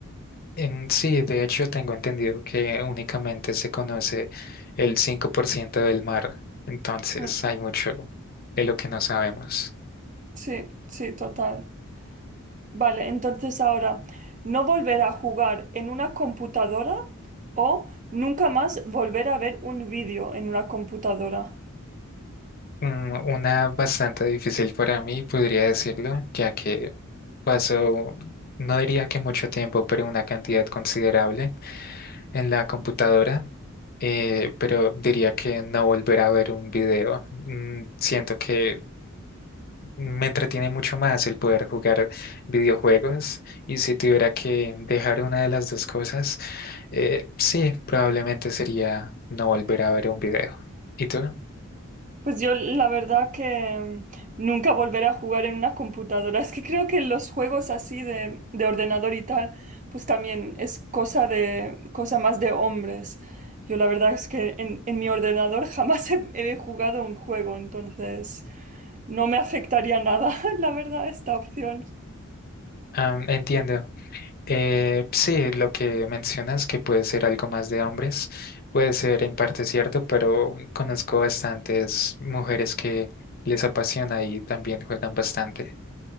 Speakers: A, on the left; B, on the right.
A: En, sí, de hecho tengo entendido que únicamente se conoce el 5% del mar, entonces
B: Mm,
A: hay mucho de lo que no sabemos.
B: Sí, sí, total. Vale, entonces ahora, no volver a jugar en una computadora o nunca más volver a ver un vídeo en una computadora.
A: Mm, Una bastante difícil para mí, podría decirlo, ya que pasó no diría que mucho tiempo, pero una cantidad considerable en la computadora, eh, pero diría que no volver a ver un video. Mm, siento que me entretiene mucho más el poder jugar videojuegos y si tuviera que dejar una de las dos cosas, eh, sí, probablemente sería no volver a ver un video. ¿Y tú?
B: Pues yo la verdad que mm, nunca volver a jugar en una computadora. <laughs> Es que creo que los juegos así de, de ordenador y tal, pues también es cosa de, cosa más de hombres. Yo la verdad es que en, en mi ordenador <laughs> jamás he, he jugado un juego, entonces no me afectaría nada, <laughs> la verdad, esta opción.
A: Am, entiendo, Eh, sí, lo que mencionas que puede ser algo más de hombres, puede ser en parte cierto, pero conozco bastantes mujeres que les apasiona y también juegan bastante.